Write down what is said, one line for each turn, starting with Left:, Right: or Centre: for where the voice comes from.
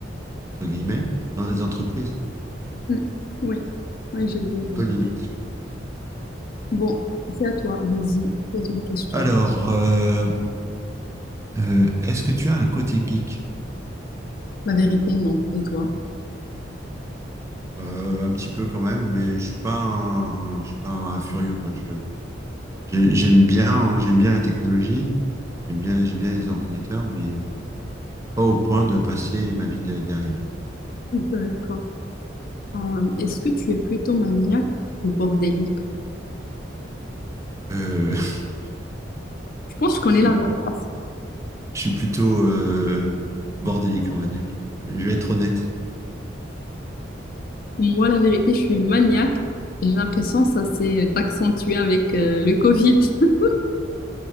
Right: entre guillemets dans les entreprises
Left: Mm. Oui, oui, j'ai vu.
Right: c'est un
Left: euh,
Right: peu limite je trouve.
Left: Bon, c'est à toi. Vas-y, pose une question.
Right: alors euh, euh, est-ce que tu as un côté geek
Left: La vérité, non. Et toi?
Right: Euh, un petit peu quand même mais je suis pas un, je suis pas un furieux quoi je j'ai- j'aime bien hein, j'aime bien la technologie j'aime bien j'aime bien les ordinateurs mais euh, pas au point de passer ma vie de- derrière
Left: D'accord. Euh, est-ce que tu es plutôt maniaque ou bordélique?
Right: Euh, <laughs>
Left: Je pense que je connais
Right: je suis,
Left: la
Right: plus-
Left: réponse.
Right: je suis plutôt euh, bordélique, on va dire. Je vais être honnête.
Left: Moi, la vérité, je suis maniaque. J'ai l'impression que ça s'est accentué avec euh, le Covid. <laughs>